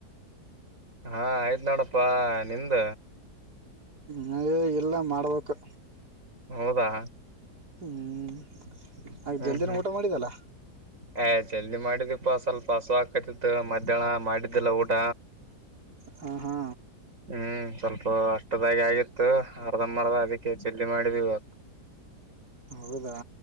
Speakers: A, on the right; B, on the right.
A: ಹಾ ಆಯ್ತ್ ನಡಪ್ಪಾ ನಿಂದ
B: ನೇ ಇಲ್ಲ ಮಾಡ್ಬೇಕು
A: ಹೌದಾ
B: ಹ್ಮ್ ಹಾಗ
A: ಹ್ಮ್
B: ಜಲ್ದಿನ
A: ಹ್ಮ್
B: ಊಟ ಮಾಡಿದಲ್ಲ
A: ಏ ಜಲ್ದಿ ಮಾಡಿದಿಪ್ಪಾ ಸ್ವಲ್ಪ ಹಸ ಆಕತಿತ್ತು ಮಧ್ಯಾಹ್ನ ಮಾಡಿದ್ದಿಲ್ಲ ಊಟ
B: ಹ ಹಾ
A: ಹ್ಮ್ ಸ್ವಲ್ಪ ಅಷ್ಟದಾಗಿ ಆಗಿತ್ತು ಅರ್ಧ ಮರ್ದ ಅದಕ್ಕೆ ಚಲ್ಲಿ ಮಾಡಿದು ಇವಾಗ
B: ಹೌದಾ